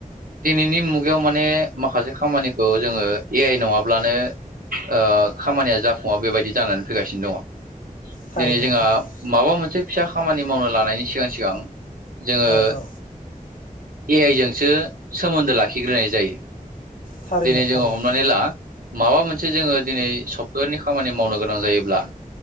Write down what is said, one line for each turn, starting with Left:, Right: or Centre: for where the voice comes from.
Right: दिनैनि मुगायाव माने माखासे खामानिखौ जोङो ए आइ नंङाब्लानो ओ खामानिया जाफुंङा बेबायदि जानानै फैगासिनो दङ।
Left: थारैनो
Right: जेरै जोंहा
Left: थारैनो
Right: माबा मोनसे फिसा खामानि मावनो लानायनि सिगां सिगां जोङो
Left: औ औ
Right: ए आइ जोंसो सोमोन्दो लाखिग्रोनाय जायो
Left: थारैनो
Right: दिनै जोङो
Left: थारैनो
Right: हमनानै ला। माबा मोनसे जोङो दिनै सफ्टवेरनि खामानि मावनो गोनां जायोब्ला